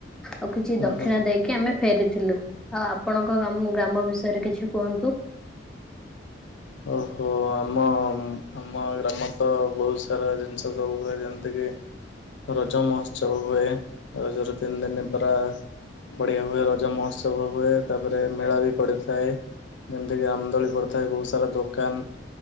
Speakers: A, in the centre; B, on the left.
A: ଆଉ କିଛି
B: ହଁ
A: ଦକ୍ଷିଣା
B: ହଁ।
A: ଦେଇକି ଆମେ ଫେରିଥିଲୁ। ଆଉ ଆପଣଙ୍କ ଗାମ ଗ୍ରାମ ବିଷୟରେ କିଛି କୁହନ୍ତୁ?
B: ଓହୋ। ଆମ ଆମ ଗ୍ରାମ ରେ ତ ବହୁତ ସାରା ଜିନିଷ ସବୁ ହୁଏ। ଯେମିତି କିି ରଜ ମହୋତ୍ସବ ହୁଏ। ରଜ ର ତିନି ଦିନ ପୁରା ବଢ଼ିଆ ହୁଏ। ରଜ ମହୋତ୍ସବ ହୁଏ। ତା ପରେ ମେଳା ବି ପଡିଥାଏ। ଯେମିତିକି ରାମ ଦୋଳି ପଡିଥାଏ। ବହୁତ ସାରା ଦୋ କାନ।